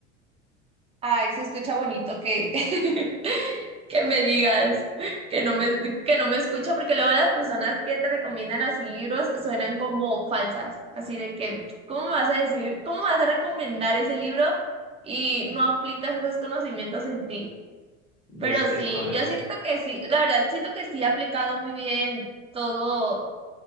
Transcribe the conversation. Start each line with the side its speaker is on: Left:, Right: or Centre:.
Right: Ay, se escucha bonito que, <laughs> que me digas que no me, que no me escucha, porque luego las personas que te recomiendan así libros suenan como falsas, así de que, ¿cómo me vas a decir, cómo me vas a recomendar ese libro y no aplicas esos conocimientos en ti? Pero
Left: Es,
Right: sí,
Left: es correcto.
Right: yo siento que sí, la verdad, siento que sí ha aplicado muy bien todo,